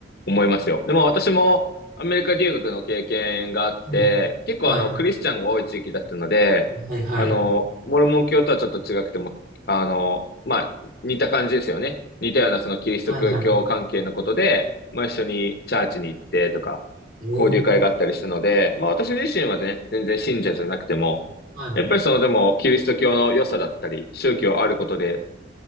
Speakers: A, on the left (about 55°); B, on the right (about 45°).
A: 思いますよ。でも私もアメリカ留学の経験があって、
B: はい。
A: 結構あの、
B: はい。
A: クリスチャンが多い地域だったので、
B: はい、はい、
A: あの、
B: はい。
A: モルモン教とはちょっと違くても、あの、まあ、似た感じですよね。似たようなそのキリスト教関係のことで、
B: はい、はい。
A: まあ一緒にチャーチに行ってとか、
B: ええ。
A: 交流会があったりしたので、まあ私自身はね、全然信者じゃなくても、
B: はい、
A: やっぱりそのでも、キリスト教の良さだったり、宗教あることで、